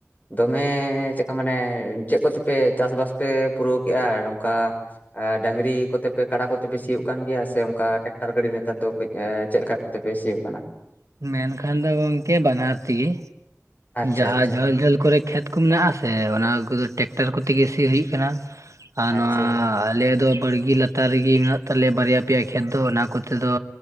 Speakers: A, on the left; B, on the right.
A: ᱫᱚᱢᱮ ᱪᱮᱫᱠᱟ ᱢᱟᱱᱮ ᱪᱮᱫ ᱠᱚᱛᱮᱯᱮ ᱪᱟᱥᱼᱵᱟᱥ ᱯᱮ ᱯᱩᱨᱟᱹᱣ ᱠᱮᱫᱮᱜᱼᱟ ᱱᱚᱝᱠᱟ ᱰᱝᱨᱤ ᱠᱚᱛᱮ ᱯᱮ ᱠᱟᱲᱟ ᱠᱚᱛᱮ ᱯᱮ ᱥᱤᱭᱳᱜ ᱠᱟᱱ ᱜᱮᱭᱟ ᱥᱮ ᱚᱱᱠᱟ ᱴᱮᱠᱴᱟᱨ ᱜᱟᱹᱰᱤ ᱱᱮᱛᱟᱨ ᱫᱚ ᱠᱟᱹᱡ ᱪᱮᱫ ᱞᱮᱠᱟ ᱠᱚᱛᱮ ᱯᱮ ᱥᱤᱭᱳᱜ ᱠᱟᱱᱟ
B: ᱢᱮᱱᱠᱷᱟᱱ ᱫᱚ ᱜᱚᱝᱠᱮ ᱵᱟᱱᱟᱨ ᱛᱮᱜᱤ
A: ᱟᱪᱪᱷᱟ
B: ᱡᱟᱦᱟᱸ
A: ᱟᱪᱪᱷᱟ
B: ᱡᱷᱟᱹᱞ ᱡᱷᱟᱹᱞ ᱠᱚᱨᱮ ᱠᱷᱮᱛ ᱠᱚ ᱢᱮᱱᱟᱜᱼᱟ ᱥᱮ ᱚᱱᱟ ᱠᱚᱫᱚ ᱴᱮᱠᱴᱟᱨ ᱠᱚᱛᱮ ᱜᱮ ᱥᱤ ᱦᱩᱭᱩᱜ ᱠᱟᱱᱟ᱾ ᱟᱨ
A: ᱟᱪᱪᱷᱟ
B: ᱱᱚᱣᱟ ᱟᱞᱮ ᱫᱚ ᱵᱟᱲᱜᱮ ᱞᱟ ᱛᱟᱨ ᱨᱮᱜᱮ ᱢᱮᱱᱟᱜ ᱛᱟᱞᱮᱭᱟ ᱵᱟᱨᱭᱟ ᱯᱮᱭᱟ ᱠᱷᱮᱛ ᱫᱚ ᱚᱱᱟ ᱠᱚᱛᱮ ᱫᱚ